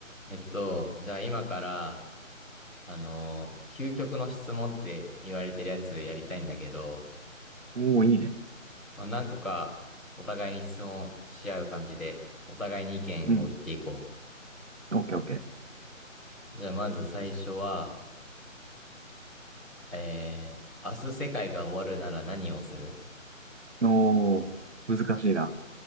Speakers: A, in the centre; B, on the right (about 60°).
A: えっと、じゃあ今から、あのー究極の質問って言われてるやつやりたいんだけど、
B: おお、いいね。
A: まあ、何個かお互いに質問し合う感じで、お互いに意見を言っていこ
B: うん。オッケーオッケー。
A: う。じゃあまず最初は、えー、明日世界が終わるなら何をする
B: おお、難しいな。